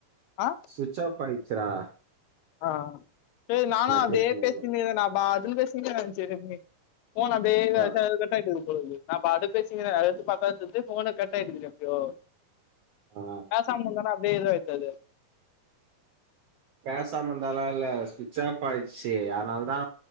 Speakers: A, on the left; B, on the right.
A: ஆ
B: சுவிச் ஆஃப் ஆயிச்சிரா
A: ஆ செரி நானு அப்டே
B: பேசினது
A: பேசிருந்தேன்டா நா பாட்டுனு பேசினுகிற செரி அப்டே ஃபோனு அப்டே வச்சனால்
B: ஆ,
A: கட் கட் ஆயிட்டுகிது போலக்கிது நான் பாட்டுக்கு பேசினுகிரன் எடுத்து பாத்தா தெர்து ஃபோனு கட் ஆயிட்டுகிது எப்பயோ
B: ஆ,
A: பேசாம இருந்தோன அப்டே இதாயிட்டு அது
B: பேசாம இருந்தாலும் இல்ல சுவிட்ச் ஆஃப் ஆயிடுச்சி அதனால தா